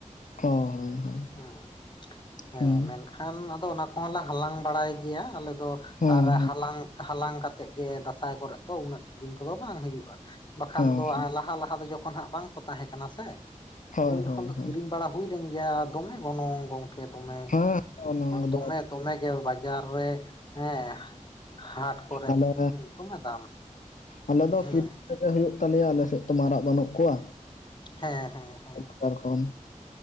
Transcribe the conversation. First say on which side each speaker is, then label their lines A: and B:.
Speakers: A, on the left (about 80°); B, on the left (about 35°).
A: ᱦᱳᱭ ᱦᱳᱭ
B: ᱦᱩᱸ ᱦᱮᱸ
A: ᱦᱩᱸ
B: ᱢᱮᱱᱠᱷᱟᱱ ᱟᱫᱚ ᱚᱱᱟ ᱠᱚᱦᱚᱸ ᱞᱮ ᱦᱟᱞᱟᱝ ᱵᱟᱲᱟᱭ ᱜᱮᱭᱟ ᱟᱞᱮ ᱫᱚ
A: ᱦᱩᱸ
B: ᱟᱨ
A: ᱦᱩᱸ
B: ᱦᱟᱞᱟᱝ ᱦᱟᱞᱟᱝ ᱠᱟᱛᱮᱫ ᱜᱮ ᱫᱟᱸᱥᱟᱭ ᱠᱚᱨᱮ ᱫᱚ ᱩᱱᱟᱹᱜ ᱠᱤᱨᱤᱧ ᱠᱚᱫᱚ ᱵᱟᱝ ᱦᱩᱭᱩᱜᱼᱟ ᱵᱟᱠᱷᱟᱱ
A: ᱦᱚᱸ
B: ᱫᱚ
A: ᱦᱚᱸ
B: ᱞᱟᱦᱟ ᱞᱟᱦᱟ ᱫᱚ ᱡᱚᱠᱷᱚᱱ ᱵᱟᱝ ᱠᱚ ᱛᱟᱦᱮᱸ ᱠᱟᱱᱟ ᱥᱮ
A: ᱦᱳᱭ
B: ᱩᱱ ᱡᱚᱠᱷᱚᱱ
A: ᱦᱳᱭ
B: ᱫᱚ
A: ᱦᱳᱭ
B: ᱠᱤᱨᱤᱧ ᱵᱟᱲᱟ ᱦᱩᱭ ᱞᱮᱱ ᱜᱮᱭᱟ ᱫᱚᱢᱮ ᱜᱚᱱᱚᱝ ᱜᱚᱝᱠᱮ ᱜᱮ ᱫᱚᱢᱮ
A: ᱦᱮᱸ ᱚᱱᱟ
B: ᱫᱚᱢᱮ
A: ᱫᱚ
B: ᱫᱚᱢᱮ ᱜᱮ ᱵᱟᱡᱟᱨ ᱨᱮ ᱦᱮᱸ ᱦᱟᱴ ᱠᱚᱨᱮ
A: ᱟᱞᱮ
B: ᱫᱚᱢᱮ ᱫᱟᱢ
A: ᱟᱞᱮ ᱫᱚ
B: ᱦᱩᱸ
A: <unintelligible> ᱦᱩᱭᱩᱜ ᱛᱟᱞᱮᱭᱟ ᱟᱞᱮ ᱥᱮᱫ ᱛᱚ ᱢᱟᱨᱟᱜ ᱵᱟᱹᱱᱩᱜ ᱠᱚᱣᱟ᱾
B: ᱦᱮᱸ ᱦᱮᱸ ᱦᱮᱸ
A: ᱵᱟᱡᱟᱨ ᱠᱷᱚᱱ